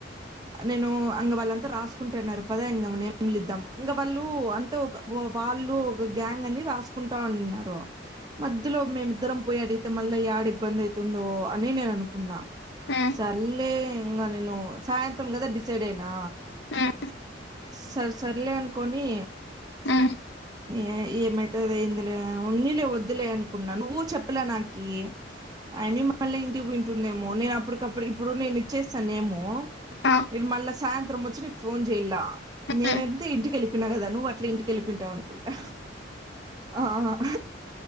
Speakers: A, on the right; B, on the left.
A: నేను ఇంగ వాళ్ళంతా రాసుకుంటున్నారు పద ఇ నేమ్లు ఇద్దాం ఇంకా వాళ్ళు అంతా ఒక వాళ్ళు ఒక గ్యాంగ్ అని రాసుకుంటా ఉన్నిన్నారు. మధ్యలో మేమిద్దరం పోయి అడిగితే మళ్ళీ ఏడ ఇబ్బందయితుందో అని నేను అనుకున్నా
B: ఉమ్,
A: సర్లే ఇంకా నేను సాయంత్రం కదా డిసైడ్ అయినా
B: ఉమ్,
A: సర్ సర్లే అనుకోని
B: హ్
A: ఏ ఏమైతె అది అయిందిలే ఉన్నిలే వద్దులే అనుకున్నాను నువ్వు చెప్పలే నాకి అమి మళ్ళీ ఇంటికి వింటుందేమో నేను అప్పటికప్పటికి ఇప్పుడు నేను ఇచ్చేస్తానుమో
B: ఆ,
A: నేను మళ్ళ సాయం వచ్చి ఫోన్ చెయల నేనైతే
B: ఉమ్.
A: ఇంటికి వెళ్లిపోయిన కదా ను అట్ల ఇం వెళ్ళిపోయి ఉంటవ్ అనుకుంటా ఆ-